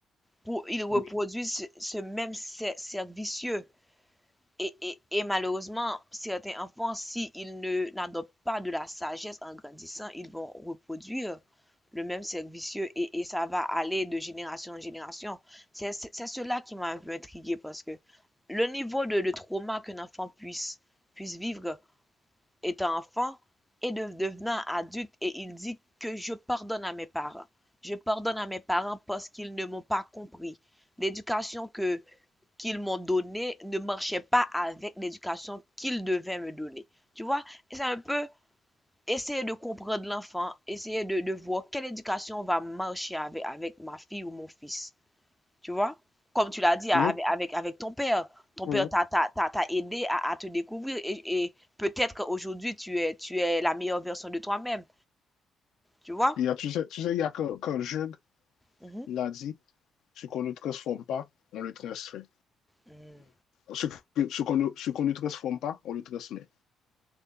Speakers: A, in the centre; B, on the left.
A: pour, ils reproduisent
B: Oui.
A: ce, ce même cer- cercle vicieux. Et, et- et malheureusement, certains enfants, s'ils ne n'adoptent pas de la sagesse en grandissant, ils vont reproduire le même cercle vicieux et, et ça va aller de génération en génération. C'est c'est- c'est cela qui m'a un peu intrigué parce que le niveau de, de trauma qu'un enfant puisse, puisse vivre étant enfant et de, devenant adulte, et il dit que je pardonne à mes parents. Je pardonne à mes parents parce qu'ils ne m'ont pas compris. L'éducation que qu'ils m'ont donnée ne marchait pas avec l'éducation qu'ils devaient me donner. Tu vois, c'est un peu essayer de comprendre l'enfant, essayer de, de voir quelle éducation va marcher avec, avec ma fille ou mon fils. Tu vois? Comme tu l'as dit
B: Oui,
A: a- avec, avec, avec ton père. Ton
B: oui.
A: père t'a, t'a, t'a, t'a aidé à, à te découvrir et, et peut-être qu'aujourd'hui, tu es, tu es la meilleure version de toi-même. Tu vois?
B: Il y a, tu sais, tu sais, il y a quand, quand Jung
A: Mhm.
B: l'a dit, ce qu'on ne transforme pas, on le transmet.
A: Mm.
B: Ce que- ce qu'on ne, ce qu'on ne transforme pas, on le transmet.